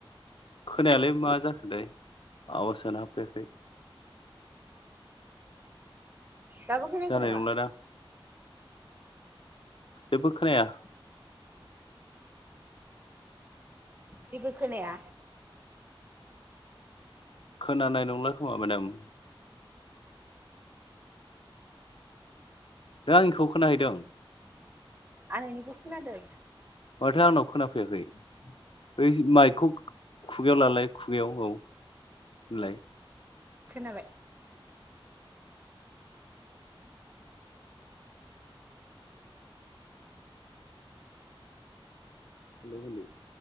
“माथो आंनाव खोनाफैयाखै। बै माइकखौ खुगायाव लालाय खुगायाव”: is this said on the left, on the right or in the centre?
Left